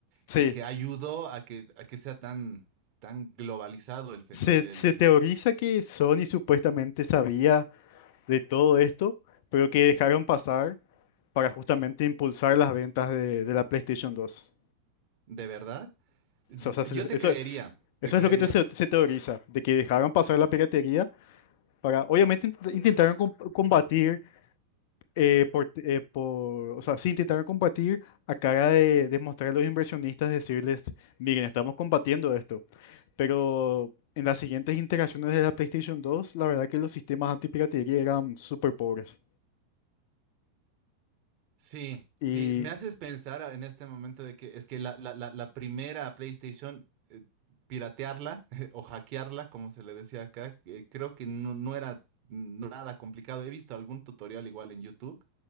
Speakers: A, on the left (about 50°); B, on the right (about 45°).
A: Sí,
B: que, que ayudó a que, a que sea tan, tan globalizado el fenómeno,
A: se,
B: el,
A: se
B: el-
A: teoriza
B: el-
A: que Sony supuestamente sabía de todo esto, pero que dejaron pasar para justamente impulsar las ventas de, de la PlayStation dos.
B: ¿de verdad?
A: O sea,
B: Yo
A: se-
B: te
A: eso,
B: creería,
A: eso
B: te creería.
A: es lo que te- se, se teoriza, de que dejaron pasar la piratería para, obviamente int- intentaron com- combatir, eh, por, eh, por- o sea, sí intentaron combatir a cara de, de mostrar a los inversionistas, decirles, miren, estamos combatiendo esto, pero en las siguientes interacciones de la PlayStation dos, la verdad que los sistemas antipiratería eran súper pobres.
B: Sí,
A: Y
B: sí, me haces pensar a- en este momento de que es que la, la, la, la primera PlayStation, eh, piratearla <laughs> o hackearla, como se le decía acá, que creo que no, no era nada complicado. He visto algún tutorial igual en YouTube